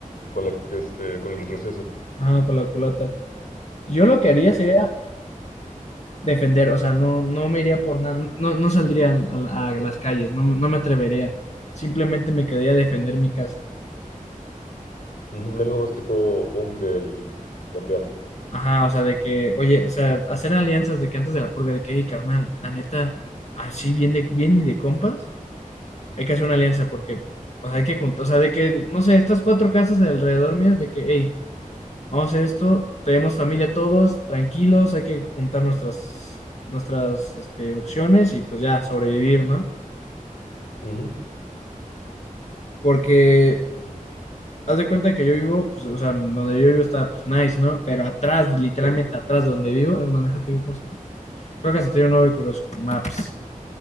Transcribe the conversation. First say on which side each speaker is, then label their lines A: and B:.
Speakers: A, on the left; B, on the left.
A: con la este con el retroceso.
B: ajá, con la culata. Yo lo que haría
A: Ajá.
B: sería defender, o sea, no, no me iría por nada, no, no saldría a, a las calles, no, me- no me atrevería, simplemente me quedaría a defender mi casa.
A: Ujú, algo más tipo búnker y campear.
B: Ajá, o sea, de que, oye, o sea, hacer alianzas de que antes de la purga, de que, hey, carnal, la neta, así bien, de, bien y de compas, hay que hacer una alianza porque, o sea, hay que juntar, o sea, de que, no sé, estas cuatro casas de alrededor mías, de que, hey, vamos a hacer esto, tenemos familia todos, tranquilos, hay que juntar nuestras, nuestras, este, opciones y pues ya, sobrevivir, ¿no?
A: Ujú.
B: Porque Haz de cuenta que yo vivo, pues, o sea, donde yo vivo está, pues, nice, ¿no? Pero atrás, literalmente
A: Sí,
B: atrás de donde vivo, es más, déjate digo, ¿cómo se llama? Creo que se tiene un nombre curioso. Maps.